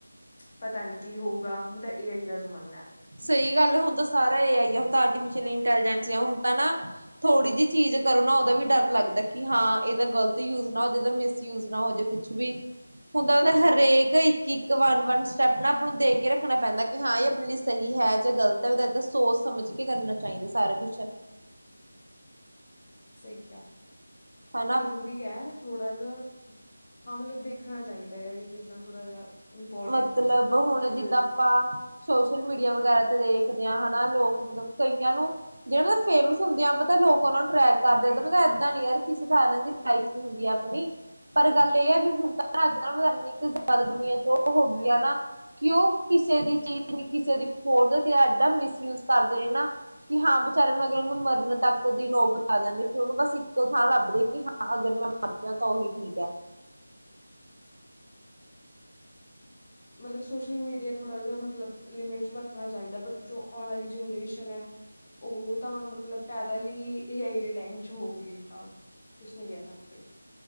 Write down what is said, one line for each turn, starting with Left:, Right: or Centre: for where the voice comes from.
Left: ਪਤਾ ਨੀ ਕੀ ਹੋਊਗਾ, ਹੁਣ ਤਾਂ ਏ ਆਈ ਦਾ ਜ਼ਮਾਨਾ ਹੈ।
Right: ਸਹੀ ਗੱਲ ਹੁਣ ਤਾਂ ਸਾਰਾ ਏ ਆਈ ਐ ਹੁਣ ਆਰਟੀਫਿਸ਼ ਇੰਟੈਲੀਜੈਂਸ ਹੁਣ ਤਾਂ ਨਾ ਥੋੜੀ ਜਿਹੀ ਚੀਜ਼ ਕਰੋ ਨਾ ਉਹਦਾ ਵੀ ਡਰ ਲੱਗਦਾ, ਕਿ ਹਾਂ ਇਹਦਾ ਗ਼ਲਤ ਯੂਜ ਨਾ ਹੋ ਏਦਾ ਮਿਸਯੂਜ ਨਾ ਹੋ ਜੇ ਕੁਛ ਵੀ ਹੁਣ ਤਾਂ ਹਰੇਕ ਇੱਕ ਇੱਕ ਵਨ ਵਨ ਸਟੈਪ ਨਾ ਆਪ ਨੂੰ ਦੇਖ ਕੇ ਰੱਖਣਾ ਪੈਂਦਾ ਕਿ ਹਾਂ ਇਹ ਆਪਣੀ ਲਈ ਸਹੀ ਹੈ ਜਾਂ ਗ਼ਲਤ ਹੈ, ਉਹ ਤਾਂ ਏਦਾਂ ਸੋਚ ਸਮਝ ਕੇ ਕਰਨਾ ਚਾਹੀਦਾ ਸਾਰਾ ਕੁਛ
Left: ਠੀਕ ਏ,
Right: ਹਨਾ
Left: ਜ਼ਰੂਰੀ ਹੈ ਥੋੜਾ ਜਿ ਹਾਂ ਮਤਲਬ ਦੇਖਣਾ ਚਾਹੀਦਾ ਯਾਰ ਇਹ ਚੀਜ਼ਾਂ ਥੋੜਾ ਜਿਹਾ, ਇੰਪੋਰਟੈਂਟ
Right: ਮਤਲਬ
Left: ਨੇ
Right: ਹੁਣ
Left: ਜ਼ਰੂਰੀ
Right: ਜਿੱਦਾਂ ਆਪਾਂ
Left: ਹੈ,
Right: ਸੋਸ਼ਲ ਮੀਡੀਆ ਵਗੈਰਾ। ਦੇਖਦੇ ਆ ਹਨਾ, ਲੋਕ ਮਤਲਬ ਕਈਆਂ ਨੂੰ ਜਿਹੜੇ ਮਤਲਬ ਫੇਮਸ ਹੁੰਦੇ ਆ ਪਤਾ ਲੋਕ ਉਹ ਨੂੰ ਟਰੈਕ ਕਰਦੇ ਆ ਮਤਲਬ ਏਦਾਂ ਨੀ ਯਾਰ ਕਿਸੇ ਥਰ ਇਹਨਾਂ ਦੀ ਲਾਈਫ ਨੀ ਹੁੰਦੀ ਆਪਣੀ ਪਰ ਗੱਲ ਇਹ ਹੈ, ਵੀ ਹੁਣ ਤਾਂ ਅੱਜ ਕੱਲ ਮਤਲਬ ਇੰਨੀ ਕੁ ਜ਼ਿਆਦਾ ਦੁਨੀਆਂ ਚੋਂ ਔ ਹੋ ਗਿਆ ਨਾ ਕਿ ਉਹ ਕਿਸੇ ਦੀ ਚੀਜ਼ ਕਿਸੇ ਦੀ ਖੋਰ ਦਾ ਤੇ ਐਡਾ ਮਿਸਯੂਜ ਕਰਦੇ ਨਾ ਕਿ ਹਾਂ ਵਿਚਾਰਿਆਂ ਨੂੰ ਅਗਰ ਉਹਨੂੰ ਮਰਨ ਤੱਕ ਦੀ ਨੋਬਤ ਆ ਜਾਂਦੇ ਕਿ ਉਹਨੂੰ ਬਸ ਇੱਕੋ ਥਾਂ ਲੱਭਦੇ ਕਿ ਹਾਂ ਅਗਰ ਮੈਂ ਮਰਜਾ ਤਾਂ ਉਹੀ ਠੀਕ ਹੈ।
Left: ਮਤਲਬ ਸੋਸ਼ਲ ਮੀਡੀਆ, ਥੋੜ੍ਹਾ ਜਿਹਾ ਮਤਲਬ ਲਿਮਿਟ ਚ ਵਰਤਣਾ ਚਾਹੀਦਾ, ਬਟ ਜੋ ਆਉਣ ਵਾਲੀ ਜਨਰੇਸ਼ਨ ਹੈ ਉਹ ਤਾਂ ਮਤਲਬ ਪੈਦਾ ਹੀ ਐ ਆਈ ਦੇ ਟਾਈਮ ਚ ਹੋਗੀ, ਤਾਂ ਕੁਛ ਨ ਕਹਿ ਸਕਦੇ।